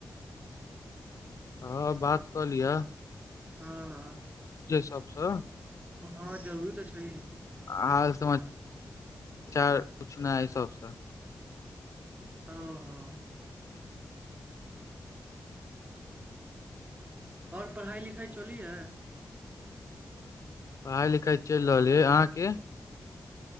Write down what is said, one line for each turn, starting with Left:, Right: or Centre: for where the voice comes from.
Left: हँ बात कऽ लिह
Right: हँ हँ
Left: सबसँ
Right: हँ जरूरी तऽ छै
Left: हाल सम समचार पूछना है सबसे
Right: हँ हँ आओर पढ़ाइ लिखाइ चली हइ
Left: पढ़ाई लिखाई चलि रहल य है अहाँ के